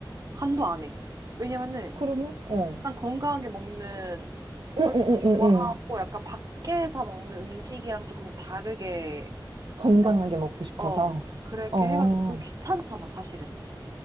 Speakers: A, on the right; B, on the right.
A: 간도 안 해. 왜냐면은
B: 그러면? 어.
A: 난 건강하게 먹는
B: 응,
A: 걸
B: 응,
A: 좀
B: 응,
A: 더
B: 응,
A: 좋아하고
B: 응.
A: 약간 밖에서 먹는 음식이랑 조금 다르게
B: 건강하게
A: 만-
B: 먹고 싶어서.
A: 어, 그렇게
B: 어,
A: 해가지고 그리고 귀찮잖아, 사실은.